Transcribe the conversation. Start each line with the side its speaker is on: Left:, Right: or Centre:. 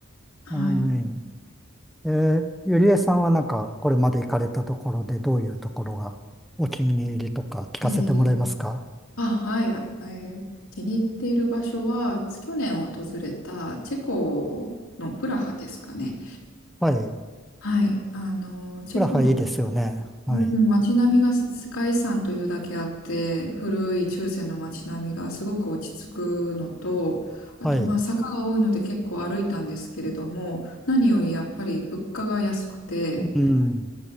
Left: はい。
Centre: はい。ええ、ゆりえさんはなんか、これまで行かれたところでどういうところがお気に入りとか聞かせてもらえますか
Left: 気に入りあ、はい。あえー気に入っている場所は、去年訪れたチェコのプラハですかね。
Centre: はい。
Left: はい。あの、チェコのプラ
Centre: プラハいいですよね。はい。
Left: うん、街並みがす世界遺産というだけあって、古い中世の街並みがすごく落ち着くのと、あとまあ坂が多いので結構歩いたんですけれども、
Centre: はい。
Left: 何よりやっぱり物価が安くて、
Centre: うん、